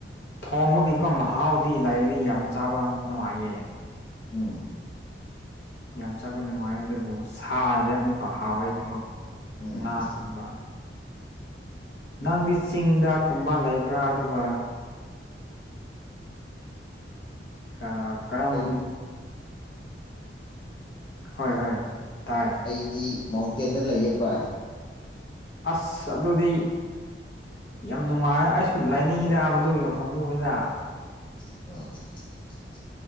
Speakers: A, on the left; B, on the left.
A: ꯊꯣꯡꯕꯒꯤꯀꯣ ꯃꯍꯥꯎꯗꯤ ꯂꯩꯔꯤ ꯌꯥꯝ ꯆꯥꯕ ꯅꯨꯡꯉꯥꯏꯌꯦ꯫
B: ꯎꯝ꯫
A: ꯌꯥꯝ ꯆꯥꯕ ꯅꯨꯡꯉꯥꯏ ꯑꯗꯨꯕꯨ ꯁꯥꯅꯗꯤ ꯑꯃꯨꯛꯀ ꯍꯥꯎꯋꯦꯕꯀꯣ꯫
B: ꯎꯝ
A: ꯅꯥ ꯀꯨꯝꯕ꯫ ꯅꯪꯗꯤ ꯆꯤꯡꯗ ꯀꯨꯝꯕ ꯂꯩꯕ꯭ꯔꯥ ꯑꯗꯨꯒ꯫ ꯑ ꯀꯔꯝ꯫
B: ꯑꯩ
A: ꯍꯣꯏ ꯍꯣꯏ꯫ ꯇꯥꯏ
B: ꯑꯩꯗꯤ ꯃꯥꯎꯟꯇꯦꯟꯗ ꯂꯩꯌꯦꯕ꯫
A: ꯑꯁ ꯑꯗꯨꯗꯤ꯫ ꯌꯥꯝ ꯅꯨꯡꯉꯥꯏ ꯑꯩꯁꯨ ꯂꯥꯏꯅꯤꯡꯉꯤꯗ ꯃꯗꯨꯒꯤ ꯃꯐꯝꯗꯨꯕꯗ꯫
B: <unintelligible>